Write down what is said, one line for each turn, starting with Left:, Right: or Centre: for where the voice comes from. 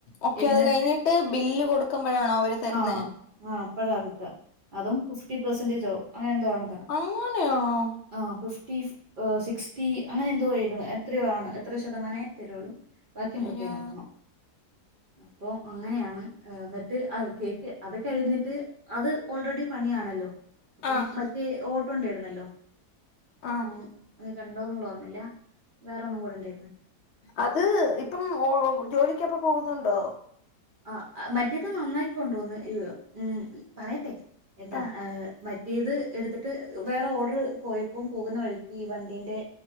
Left: ഓക്കെ
Right: എന്നിട്ട്
Left: അത് കഴിഞ്ഞിട്ട് ബില്ല് കൊടുക്കുമ്പോഴാണോ അവര് തര്ന്നേ?
Right: ആഹ് ആഹ് അപ്പഴാ കിട്ട അതും ഫിഫ്റ്റി പെർസന്റേജ് ആവും അങ്ങനെ എന്തോ ആണ് പറ
Left: അങ്ങനെയാണോ?
Right: ആഹ് ഫിഫ്റ്റി ഹ് സിക്സ്റ്റി അങ്ങനെ എന്തോ ഏയ്ന്ന് എത്രയോ ആണ് എത്ര ശതമാനെ തരുള്ളൂ. ബാക്കി മ്മള്
Left: അയ്യോ
Right: കൈന്ന എർക്കണം. അപ്പൊ അങ്ങനെയാണ് ഹ് ന്ന്ട്ട് അഹ് കേട്ട് അത് കഴിഞ്ഞിട്ട് അത് ഓൾറെഡി പണിയാണല്ലോ അപ്പം
Left: ആഹ്
Right: മ ഓട്ടോ ണ്ടായിര്ന്നല്ലോ
Left: ആഹ്
Right: ഉം അഹ് കണ്ടോ ന്ന്ള്ള ഓർമ്മല്ല വേറെന്നും കൂടെ ണ്ടായിരുന്നു.
Left: അത് ഇപ്പം ഓഹ് ജോലിക്കൊപ്പം പോവുന്നുണ്ടോ?
Right: ആഹ് മറ്റേത് നന്നായിക്കൊണ്ടോന്ന് ഹ് ഉം പറയട്ടെ എന്താ
Left: ആഹ്
Right: ഹ് മ ഇത് എട്ത്ത്ട്ട് വേറെ ഓർഡർ പോയപ്പം പോകുന്ന വഴിക്ക് ഈ വണ്ടിന്റെ